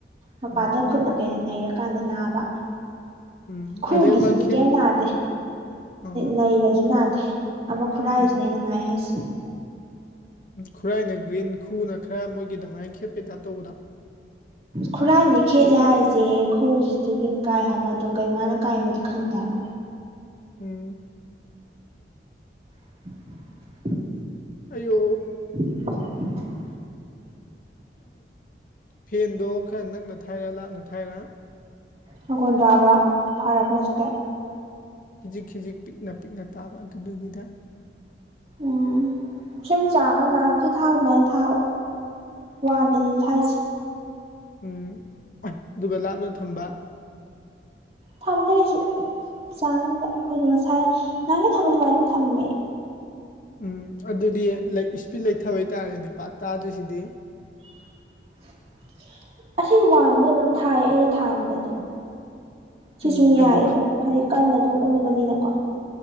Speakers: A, on the right; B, on the left.
A: ꯃꯄꯥꯥꯟꯗ
B: ꯎꯝ
A: ꯈꯨꯠꯅ ꯀꯩꯅ ꯅꯩꯔꯀꯥꯟꯗ ꯅꯥꯕ
B: ꯎꯝ
A: ꯈꯨꯒꯤꯁꯤꯗꯤ
B: ꯑꯗꯩ ꯑꯃ ꯈꯦꯠ
A: ꯀꯩꯝ ꯅꯥꯗꯦ
B: ꯑ ꯎꯝ
A: ꯅꯩꯔꯁꯨ ꯅꯥꯗꯦ ꯑꯃ ꯈꯨꯔꯥꯏꯁꯤꯅꯦ
B: ꯎꯝ
A: ꯑꯩꯅ ꯅꯥꯏ ꯍꯥꯏꯁꯦ
B: ꯎ ꯈꯨꯔꯥꯏꯅ ꯒ꯭ꯔꯤꯟ ꯈꯨꯅ ꯈꯔ ꯃꯣꯏꯒꯤ ꯑꯗꯨꯃꯥꯏꯅ ꯈꯦꯠꯄꯩ ꯇꯥꯏꯞ ꯇꯧꯕꯗ
A: ꯈꯨꯔꯥꯏꯅꯦ ꯈꯦꯠꯂꯦ ꯍꯥꯏꯁꯦ ꯈꯨꯔꯁꯤꯗꯨꯒꯤ ꯀꯥꯏ ꯍꯥꯏꯕ ꯑꯗꯣ ꯀꯩꯃꯥꯏꯅ ꯀꯥꯏꯅꯣꯗꯤ ꯈꯪꯗꯦ ꯍꯥꯏꯕꯥ
B: ꯎꯝ
A: <unintelligible>
B: ꯑꯌꯣ
A: <inaudible>
B: ꯐꯦꯟꯗꯣ ꯈꯔ ꯅꯛꯅ ꯊꯥꯏꯔ ꯂꯥꯞꯅ ꯊꯥꯏꯔ
A: ꯃꯈꯣꯟ ꯇꯥꯕ ꯐꯔꯕ ꯍꯧꯖꯤꯛꯇꯤ
B: ꯈꯖꯤꯛ ꯈꯖꯤꯛ ꯄꯤꯛꯅ ꯄꯤꯛꯅ ꯇꯥꯕ ꯑꯗꯨꯗꯨꯒꯤꯗ
A: ꯎꯝ ꯁꯨꯝ ꯆꯥꯡ ꯑꯃ ꯉꯥꯍꯥꯟꯈꯩ ꯊꯥꯕ ꯑꯗꯨꯃꯥꯏꯅ ꯊꯥꯕ ꯋꯥꯟꯗꯅꯤ ꯊꯥꯏꯁꯦ
B: ꯎꯝ ꯑꯗꯨꯒ ꯂꯥꯞꯅ ꯊꯝꯕ
A: ꯊꯝꯗꯦ ꯀꯩꯁꯨ ꯆꯥꯡ ꯑꯃꯗ ꯑꯩꯈꯣꯏꯗ ꯉꯁꯥꯏ ꯅꯍꯥꯟꯒꯩ ꯊꯝꯕ ꯑꯗꯨꯃꯥꯏꯅ ꯑꯗꯨꯝ ꯊꯝꯃꯦ
B: ꯎꯝ ꯑꯗꯨꯗꯤ ꯏꯁꯄꯤꯠ ꯂꯩꯊꯕ ꯇꯥꯔꯦꯅꯦ ꯄꯥꯛ ꯇꯥꯗ꯭ꯔꯤꯁꯤꯗꯤ
A: <inaudible> ꯑꯁꯤ ꯋꯥꯟꯗ ꯑꯗꯨꯝ ꯊꯥꯏꯌꯦ ꯑꯩꯅ ꯊꯥꯕꯗꯗꯤ ꯁꯤ
B: ꯎꯝ
A: ꯁꯨꯝ ꯌꯥꯏꯑꯦꯕ
B: ꯑꯗꯨ
A: ꯍꯥꯏꯗꯤ ꯀꯟꯅ ꯑꯗꯨꯝ ꯎꯪꯕꯅꯤꯅꯀꯣ